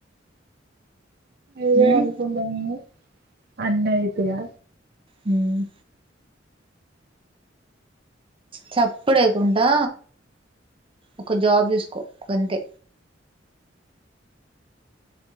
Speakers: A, on the right; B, on the right.
A: ఏదో
B: ఉమ్
A: అనుకుంటాము కానీ అన్నయితయా
B: మ్మ్ చప్పుడు చేయకుండా ఒక జాబ్ చూసుకో గంతే